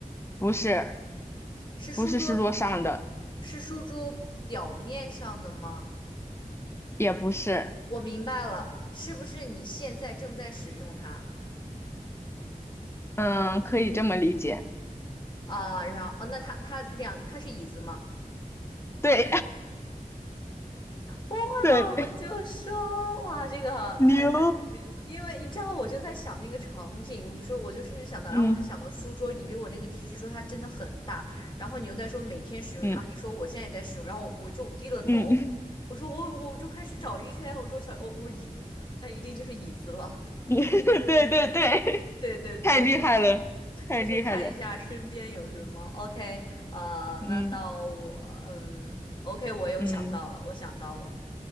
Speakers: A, on the left; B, on the left.
A: 不是
B: 是书桌
A: 不是书桌上的，
B: 是书桌表面上的吗？
A: 也不是。
B: 我明白了，是不是你现在正在使用它
A: 嗯，可以这么理解。
B: 啊？然后哦，那他他两他是椅子吗？
A: 对
B: 哇，
A: <laughs> 对，
B: 我就说哇，这个太太聪明了，
A: 牛，
B: 因为你知道，我就在想那个场景，我说我就甚至想到，
A: 嗯
B: 然后我就想到书桌，你给我那个提示说它真的很大，然后你又在说每天使用，
A: 嗯
B: 然后你说我现在也在使用，然后我我就低了头，
A: 嗯，
B: 我说我我就开始找一圈，我说小我我椅子，那一定就是椅子了，
A: <laughs> 对对对，
B: <laughs> 对对对，
A: <laughs> 太厉害了，太厉害了。
B: 就是看一下身边有什么，OK，呃，
A: 嗯
B: 那到我，嗯，OK，我又想到了，
A: 嗯，
B: 我想到了，